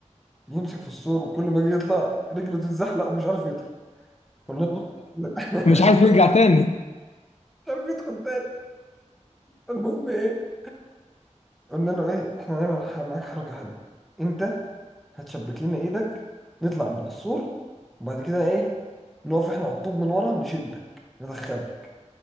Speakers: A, in the centre; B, on the left.
A: يمسك في السور وكل ما جه يطلع رجله تتزحلق ومش عارف يطلع قلنا له بص <laughs> مش
B: مش عايز يرجع تاني
A: عارف يدخل تاني المهم ايه قلنا له ايه احنا هنعمل ح- معاك حركة حلوة انت هتشبك لنا ايدك نطلع من على السور وبعد كده ايه نقف احنا على الطوب من ورا نشدك ندخلك